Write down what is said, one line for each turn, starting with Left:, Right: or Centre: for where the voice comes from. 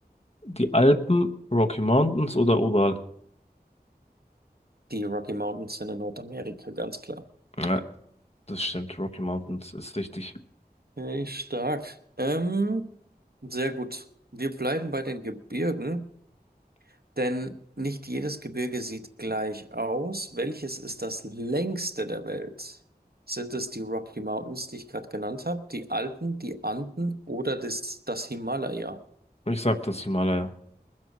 Left: die Alpen, Rocky Mountains oder Ural?
Right: Die Rocky Mountains sind in Nordamerika, ganz klar.
Left: Ja, das stimmt. Rocky Mountains
Right: Ja.
Left: ist richtig.
Right: Okay, stark. Ähm, sehr gut. Wir bleiben bei den Gebirgen, denn nicht jedes Gebirge sieht gleich aus. Welches ist das längste der Welt? Sind es die Rocky Mountains, die ich gerade genannt habe, die Alpen, die Anden oder das, das Himalaya?
Left: Ich sag das Himalaya.